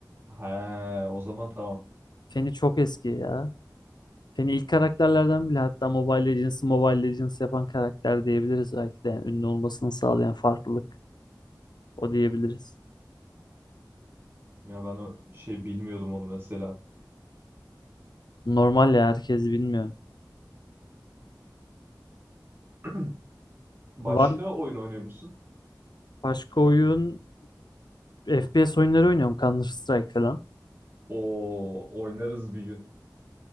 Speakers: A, on the right; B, on the left.
A: He, o zaman tamam.
B: Feni çok eski ya. Seni ilk karakterlerden bile hatta Mobile Legends'ı Mobile Legends yapan karakter diyebiliriz belki de. Yani ünlü olmasını sağlayan farklılık o diyebiliriz.
A: Ya ben o şey bilmiyordum onu mesela.
B: Normal ya herkes bilmiyor.
A: <clears throat> Başka
B: Var mı?
A: oyun oynuyor musun?
B: başka oyun FPS oyunları oynuyorum Counter Strike falan.
A: O oynarız bir gün.